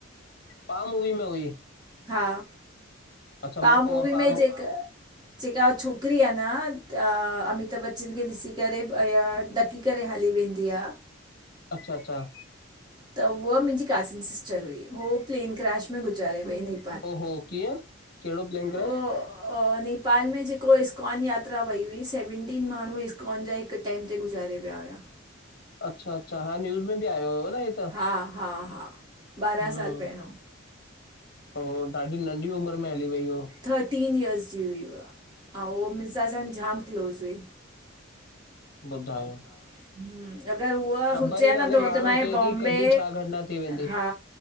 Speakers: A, on the left; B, on the right.
A: पा मूवी में हुई
B: हा।
A: अच्छा
B: तव्हां
A: मां पो
B: मूवी
A: पा
B: में
A: मू
B: जेक। जेका छोकिरी आहे न अमिताभ बच्चन खे ॾिसी करे इ डक पाए करे हली वेंदी आ।
A: अच्छा, अच्छा।
B: त उहा मुंहिंजी काज़न सिस्टर हुई। उहो प्लेन क्रैश में गुज़ारे वई नी।
A: ओ होो कीअं कहिड़ो प्लैन
B: उहो
A: क्राएश?
B: नेपाल में जेको इस्कॉन यात्रा वई हुई सेवनटीन माण्ह कॉन जा हिकु टाइम ते गुज़ारे विया हुया।
A: अच्छा, अच्छा हा न्यूज़ में बि आयो हुयो न हे त।
B: हा, हा, हा ॿारहां
A: हम।
B: साल पहिरियों
A: पोइ ॾाढी नंढी उमिरि में हली वई हो।
B: थर्टीन इयर्स जी हुई हुअ ऐं उहो मुंसां सांणु जाम क्लोज़ हुई।
A: ॿुधायो।
B: हम। अॻरि हूहा
A: ख़बर
B: हुजे
A: ई
B: हा,
A: कान्हे
B: न। त
A: माण्हू
B: त मां
A: खे
B: बॉम्बे,
A: की कॾहिं छा घटना थी वेंदी
B: हा